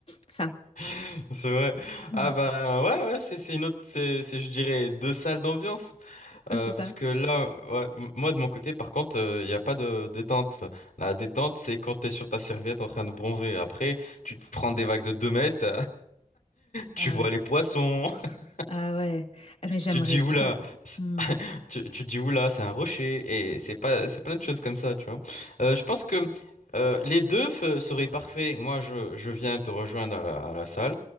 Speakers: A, on the left (about 45°); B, on the left (about 70°).
A: Ça,
B: <laughs> C'est vrai.
A: Ouais,
B: Ah bah ouais ouais, c'est c'est une autre c'est c'est je dirais deux salles d'ambiance
A: ouais,
B: Euh,
A: c'est
B: parce
A: ça.
B: que là ouais, m- moi de mon côté par contre, il n'y a pas de détente. La détente, c'est quand t'es sur ta serviette en train de bronzer. Après, tu te prends des vagues de 2 mètres. tu
A: Ah
B: vois
A: ouais.
B: les poissons, <laughs>
A: Ah ouais. Ah, Mais j'aimerais
B: tu te dis
A: trop.
B: oula, c'est-
A: Hmm.
B: tu, tu te dis oula, c'est un rocher, et c'est pas, c'est plein de choses comme ça, tu vois. Euh, je pense que euh, les deux fe- seraient parfaits. Moi, je, je viens te rejoindre à la, à la salle,